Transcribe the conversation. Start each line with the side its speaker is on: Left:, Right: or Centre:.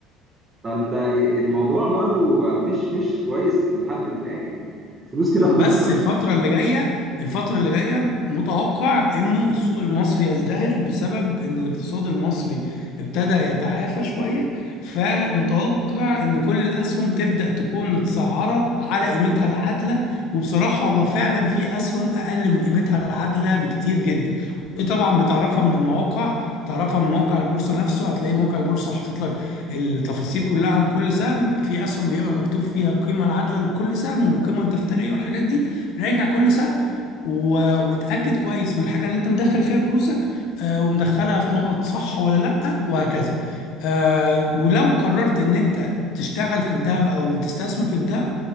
Right: فانت الموضوع برضو مش مش كويس لحد ما يعني الفلوس كده
Left: بس
Right: بتخسر
Left: الفترة اللي جاية الفترة اللي جاية متوقع انه السوق المصري يزدهر بسبب ان الاقتصاد المصري ابتدى يتعافى شوية فمتوقع ان كل الاسهم تبدأ تكون متسعرة على قيمتها العادلة وبصراحة هو فعلا في اسهم اقل من قيمتها العادلة بكتير جدا ودي طبعا بتعرفها من المواقع تعرفها من موقع البورصة نفسه هتلاقي موقع البورصة حاطط لك التفاصيل كلها عن كل سهم في اسهم بيبقى مكتوب فيها القيمه العادله لكل سهم والقيمه الدفتريه والحاجات دي راجع كل سهم و... وتأكد كويس من الحاجة اللي انت مدخل فيها فلوسك آه ومدخلها في نقط صح ولا لأ وهكذا آه ولو قررت ان انت تشتغل في الذهب او تستثمر في الذهب